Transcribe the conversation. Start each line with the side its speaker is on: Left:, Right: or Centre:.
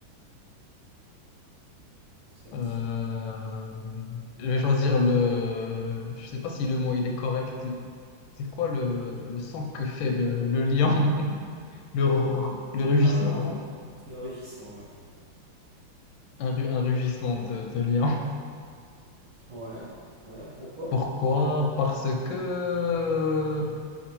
Right: c'est,
Left: Euh,
Right: c'est-
Left: je vais choisir le. Je sais pas si le mot il est correct. C'est quoi le, le son que fait le, le lion? <laughs> Le, ru- le rugissement,
Right: Ah ouais,
Left: non?
Right: le rugissement, ouais.
Left: Un, ru- un rugissement de, de lion.
Right: Ouais, ouais, pourquoi?
Left: Pourquoi? Parce que.